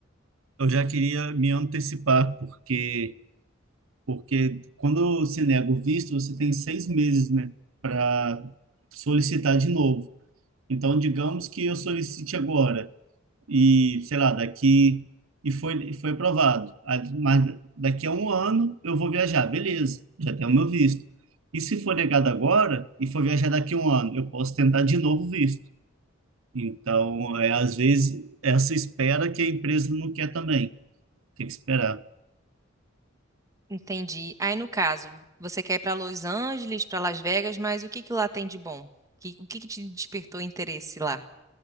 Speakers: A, on the right (about 90°); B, on the right (about 15°).
A: Eu já queria me antecipar, porque, porque quando se nega o visto, você tem seis meses, né, para solicitar de novo. Então, digamos que eu solicite agora, e sei lá, daqui. E foi, e foi aprovado. Ah, Mas daqui a um ano eu vou viajar, beleza, já tenho o meu visto. E se for negado agora e for viajar daqui a um ano, eu posso tentar de novo o visto. Então, é, às vezes, essa espera que a empresa não quer também, tem que esperar.
B: Entendi. Aí, no caso, você quer ir para Los Angeles, para Las Vegas, mas o que que lá tem de bom? Que- o que que te despertou interesse lá?